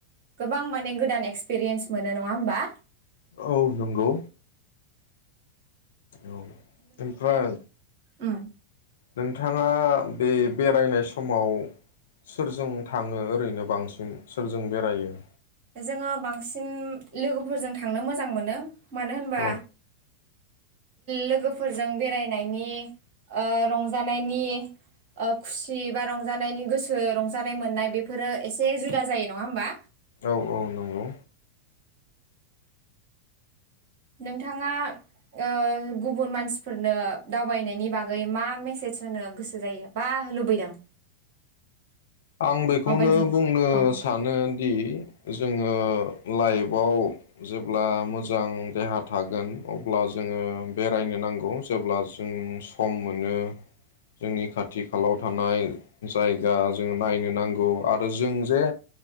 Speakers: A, on the right; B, on the left.
A: गोबां माने गोदान एक्सपिरियेन्स मोनो नङा होमबा।
B: औ नंगौ। औ ओमफ्राय
A: उम
B: नोंथाङा बे बेरायनाय समाव सोरजों थाङो ओरैनो बांसिन सोरजों बेरायो
A: जोङो बांसिन लोगोफोरजों थांनो मोजां मोनो मानो होनबा
B: औ
A: लोगोफोरजों बेरायनायनि ओ रंजानायनि खुसि बा रंजानायनि गोसो रंजानाय मोननाय बेफोरो एसे जुदा जायो नङा होमबा
B: औ औ नंगौ
A: नोंथाङा ओ गुबुन मानसिफोरनो दावबायनायनि बागै मा मेसेज होनो गोसो जायो बा लुबैदों
B: आं बेखौनो
A: माबायदि
B: बुंनो
A: औ
B: सानो दि जोङो लाइफआव जेब्ला मोजां देहा थागोन अब्ला जोङो बेरायनो नांगौ जेब्ला जों सम मोनो जोंनि खाथि खालायाव थानाय जायगा जो नायनो नांगौ आरो जों जे